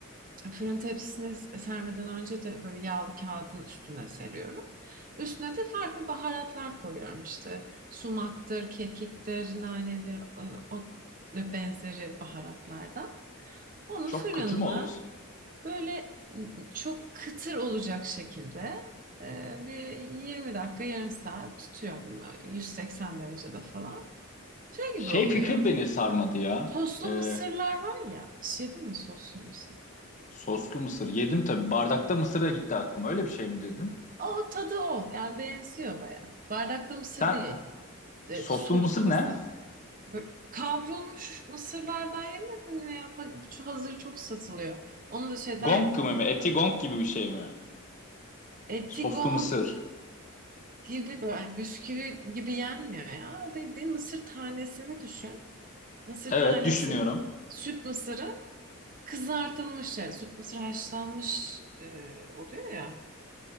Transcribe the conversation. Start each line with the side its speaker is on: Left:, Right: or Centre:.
Right: Fırın tepsisine sermeden önce de böyle yağlı kağıdın üstüne seriyorum. Üstüne de farklı baharatlar koyuyorum işte. Sumaktır, kekiktir, nanedir, e, o ve benzeri baharatlardan. Onu
Left: Çok
Right: fırınla
Left: kıtır mı oluyorsun?
Right: böyle ıı, çok kıtır olacak şekilde e, bir 20 dakika, yarım saat tutuyorum. 180 derecede falan. Şey
Left: Şey
Right: gibi oluyor.
Left: fikri beni sarmadı ya.
Right: Soslu
Left: Ee,
Right: mısırlar var ya. Hiç yedin mi soslu mısır?
Left: soslu mısır. Yedim tabii. Bardakta mısır da gitti aklıma. Öyle bir şey mi dedin?
Right: O tadı o. Yani benziyor baya. Bardakta mısır
Left: Sen
Right: değil. E,
Left: soslu
Right: soslu
Left: mısır
Right: mısır.
Left: ne?
Right: Böyle kavrulmuş mısırlardan yemedin mi ya? Pa- Şu hazır çok satılıyor. Onu da şeyden
Left: Gong
Right: yapıyor.
Left: gibi mi? Eti gong gibi bir şey mi?
Right: Etigon
Left: Soslu mısır.
Right: gibi böyle hani bisküvi gibi yenmiyor ya. Bildiğin mısır tanesini düşün. Mısır
Left: Evet
Right: tanesi
Left: düşünüyorum.
Right: süt mısırı kızartılmış şey. Süt mısır haşlanmış e, oluyor ya.